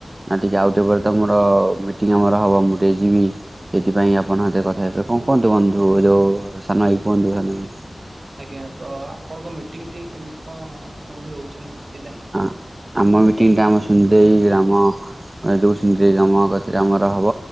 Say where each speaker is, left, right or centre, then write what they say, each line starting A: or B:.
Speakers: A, on the right (about 35°); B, on the right (about 65°).
A: ନକ ଯେ ଆଉ ଟିକେ ପରେ ତମର ମି ଟିଙ୍ଗ ଆମର ହବ ମୁଁ ଟିକେ ଯିବି ସେଥିପାଇଁ ଆପଣଙ୍କ ସହିତ କଥା ହେଇପଡେ କଣ କୁହନ୍ତୁ ବନ୍ଧୁ ଯୋଉ ସାନ ଭାଇ ବନ୍ଧୁ ସାନଭାଇ।
B: ଆଜ୍ଞା ତ ଆପଣଙ୍କ ମିଟିଂ ଟି କେମିତି କଣ କୋଉଠି ହୋଉଚି ମୁଁ ଟି
A: ହଁ ଆମ ମି ଟିଙ୍ଗଟା ଆମ ସୁନ୍ଦରେଇ ଗ୍ରାମ ଏ ଯୋଉ ସୁନ୍ଦରେଇ ଗ୍ରାମ କତିରେ ଆମର ହବ।